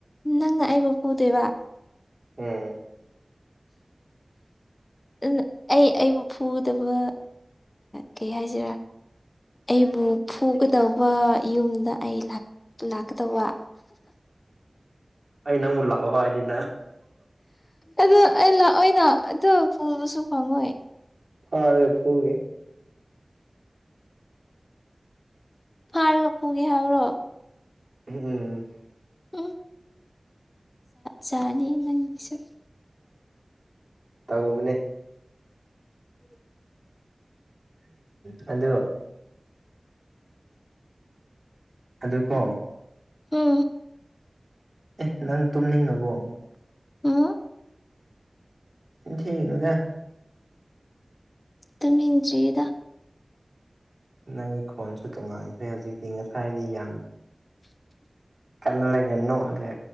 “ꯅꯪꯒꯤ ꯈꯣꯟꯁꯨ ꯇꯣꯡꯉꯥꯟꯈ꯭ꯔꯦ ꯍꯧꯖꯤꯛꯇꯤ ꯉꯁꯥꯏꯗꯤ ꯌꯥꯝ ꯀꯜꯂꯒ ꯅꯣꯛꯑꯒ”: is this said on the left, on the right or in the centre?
Right